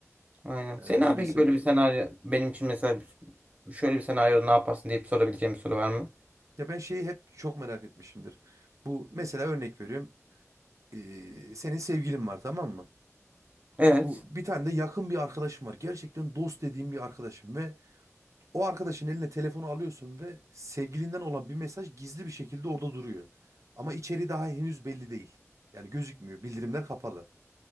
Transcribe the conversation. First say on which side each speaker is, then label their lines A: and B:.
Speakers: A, on the right; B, on the right.
A: Aynen.
B: Yani
A: Senin
B: ben
A: abi
B: öyle
A: peki
B: hissediyorum.
A: böyle bir senaryo benim için mesela şöyle bir senaryoda ne yaparsın deyip sorabileceğim bir soru var mı?
B: Ya ben şeyi hep çok merak etmişimdir. Bu mesela örnek veriyorum. E, senin sevgilin var tamam mı?
A: Evet.
B: Bu bir tane de yakın bir arkadaşım var. Gerçekten dost dediğim bir arkadaşım ve o arkadaşın eline telefonu alıyorsun ve sevgilinden olan bir mesaj gizli bir şekilde orada duruyor. Ama içeriği daha henüz belli değil. Yani gözükmüyor. Bildirimler kapalı.